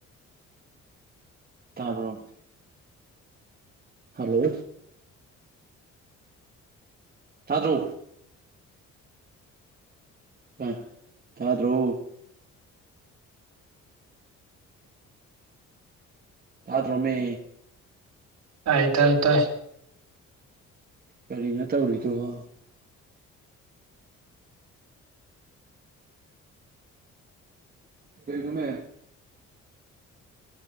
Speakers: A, on the right; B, on the right.
A: ꯇꯥꯕ꯭ꯔꯣ ꯍꯜꯂꯣ ꯇꯥꯗ꯭ꯔꯣ ꯑꯥꯢ ꯇꯥꯗ꯭ꯔꯣ ꯇꯥꯗ꯭ꯔꯣꯃꯤ
B: ꯇꯥꯏ ꯇꯥꯏ ꯇꯥꯢ
A: ꯀꯔꯤꯅꯣ ꯇꯧꯔꯤꯗꯨꯕꯣ ꯀꯔꯤꯅꯣꯃꯦ